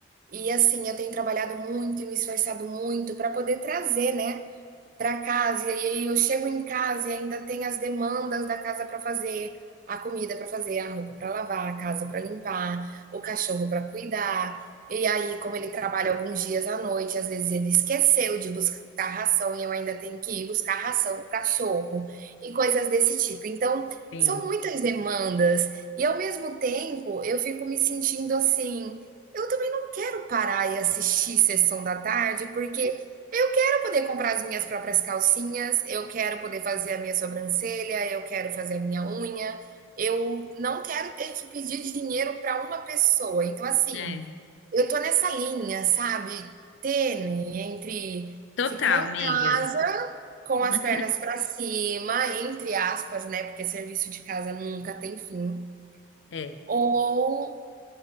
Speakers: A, on the right; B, on the left.
A: E assim, eu tenho trabalhado muito e me esforçado muito para poder trazer, né, para casa, e aí eu chego em casa e ainda tem as demandas da casa para fazer, a comida para fazer, a roupa para lavar, a casa para limpar, o cachorro para cuidar. E aí, como ele trabalha alguns dias à noite, às vezes ele esqueceu de buscar ração e eu ainda tenho que ir buscar ração do cachorro e coisas desse tipo. Então,
B: Sim.
A: são muitas demandas e ao mesmo tempo eu fico me sentindo assim, eu também não quero parar e assistir sessão da tarde porque eu quero poder comprar as minhas próprias calcinhas, eu quero poder fazer a minha sobrancelha, eu quero fazer a minha unha. Eu não quero ter que pedir dinheiro para uma pessoa. Então, assim,
B: É, é.
A: eu tô nessa linha, sabe, tênue entre
B: Total,
A: ficar em
B: amiga.
A: casa com
B: <laughs>
A: as pernas para cima, entre aspas, né, porque serviço de casa nunca tem fim,
B: É.
A: ou